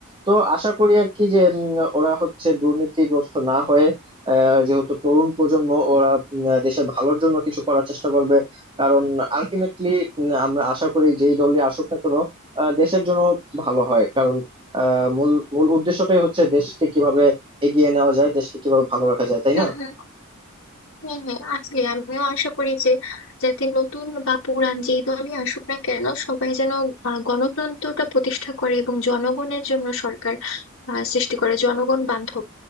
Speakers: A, on the right (about 25°); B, on the left (about 65°).
A: তো আশা করি আর কি যে উম, ওরা হচ্ছে দুর্নীতিগ্রস্ত না হয়ে আহ, যেহেতু তরুণ প্রজন্ম ওরা উম, দেশের ভালোর জন্য কিছু করার চেষ্টা করবে কারণ আলটিমেটলি আমরা আশা করি যেই দলই আসুক না কেন আহ, দেশের জন্য ভালো হয় কারণ আহ মূল মূল উদ্দেশ্যটাই হচ্ছে দেশকে কিভাবে এগিয়ে নেওয়া যায় দেশকে কিভাবে ভালো রাখা যায় তাই
B: হুম
A: না
B: হুম হ্যাঁ হ্যাঁ আসলে আমিও আশা করি যে যাতে নতুন বা পুরান যেই দলই আসুক না কেন সবাই যেন আহ, গণতন্ত্রটা প্রতিষ্ঠা করে এবং জনগণের জন্য সরকার আহ, সৃষ্টি করে জনগণ বান্ধব